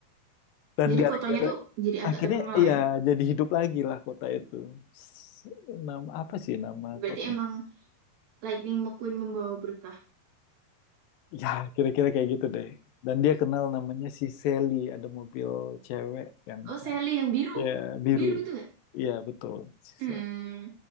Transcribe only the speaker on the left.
dan
gara-gara
akhirnya
ya
jadi hidup lagi lah kota itu S- nama apa sih nama
kota
ya kira-kira kayak gitu deh dan dia kenal namanya si Sally ada mobil cewek yang
cantik
ya biru
Iya betul si
Sally.